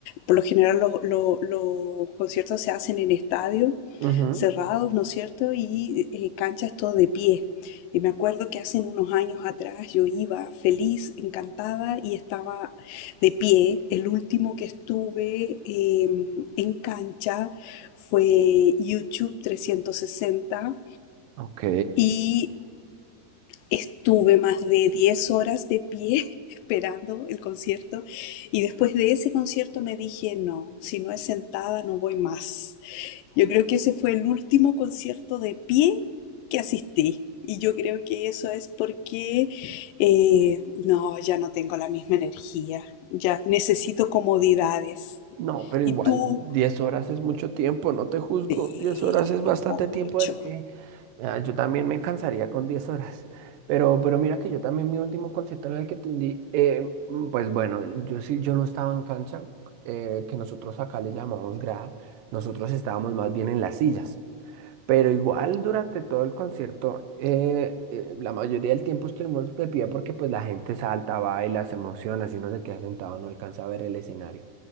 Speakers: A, on the left; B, on the right.
A: por lo general, los, los- los conciertos se hacen en estadios
B: Ujú.
A: cerrados, ¿no es cierto? Y eh, cancha es todo de pie. Y me acuerdo que hace unos años atrás yo iba feliz, encantada, y estaba de pie. El último que estuve eh, en cancha fue YouTube 360.
B: Ok.
A: Y Estuve más de 10 horas de pie <laughs> esperando el concierto y después de ese concierto me dije, no, si no es sentada no voy más. Yo creo que ese fue el último concierto de pie que asistí y yo creo que eso es porque eh, no, ya no tengo la misma energía, ya necesito comodidades.
B: No, pero
A: Y
B: igual
A: tú,
B: 10 horas es mucho tiempo, no te juzgo,
A: eh,
B: Diez horas es bastante
A: mucho,
B: tiempo de pie. Ah, yo también me cansaría con 10 horas, pero, pero mira que yo también mi último concierto en el que tendí, eh, mm, pues bueno, yo sí, yo no estaba en cancha, eh, que nosotros acá le llamamos grada, nosotros estábamos más bien en las sillas. Pero igual durante todo el concierto, eh, eh, la mayoría del tiempo estuvimos de pie porque pues la gente salta, baila, se emociona, si uno se queda sentado no alcanza a ver el escenario.